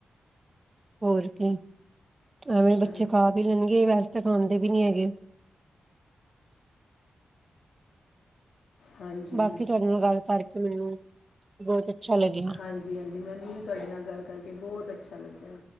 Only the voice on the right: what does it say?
ਹੋਰ ਕੀ, ਐਵੇਂ ਬੱਚੇ
ਖਾ ਵੀ ਲੈਣਗੇ! ਵੈਸੇ ਤਾਂ ਖਾਂਦੇ ਵੀ ਨਹੀਂ ਹੈਗੇ।
ਬਾਕੀ ਤੁਹਾਡੇ ਨਾਲ ਗੱਲ ਕਰਕੇ ਮੈਨੂੰ, ਬਹੁਤ ਅੱਛਾ ਲੱਗਿਆ।